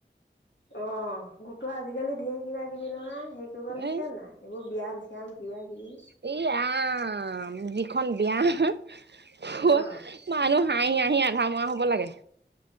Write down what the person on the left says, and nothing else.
অ, গোটৰ আজিকালি ঢেৰ কিবা-কিবি নহয়। হেৰি কৰিবলৈ দিছে
নাই, এইবোৰ ব্যায়াম-চ্যায়ম কিবা-কিবি!
অ